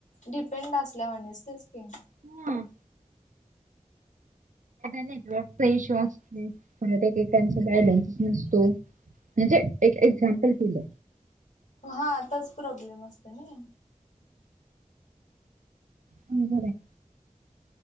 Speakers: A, on the left; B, on the right.
A: डिपेंड असल्यावणीच तेच की.
B: हम्म. नेटवर्कचा इशू असतोय, परत एकेकांचा बॅलेन्स नसतो. म्हणजे एक एक्झाम्पल दिलं.
A: हा आताच प्रॉब्लेम असते नई.
B: हां बराय‌.